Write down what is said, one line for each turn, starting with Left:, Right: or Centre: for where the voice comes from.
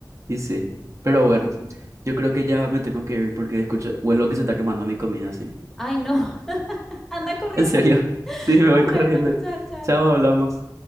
Right: Y sí. Pero
Centre: <laughs>
Right: bueno, yo creo que ya me tengo que ir porque escucho, huelo que se está quemando mi comida, sí.
Centre: Ay, no, <laughs> anda corriendo.
Right: En serio. <laughs>
Centre: <laughs>
Right: Sí, me
Centre: Bueno,
Right: voy corriendo.
Centre: chao, chao.
Right: Chao, hablamos.